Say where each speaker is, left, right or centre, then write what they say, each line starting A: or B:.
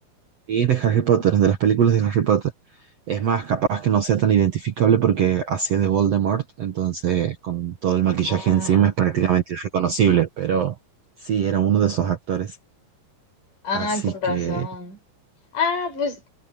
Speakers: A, on the right; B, on the left.
A: Y de Harry Potter, de las películas de Harry Potter. Es más, capaz que no sea tan identificable porque hacía de Voldemort, entonces con todo el maquillaje
B: Ah,
A: encima es prácticamente irreconocible, pero sí, era uno de esos actores.
B: ah,
A: Así
B: con razón.
A: que,
B: Ah, pues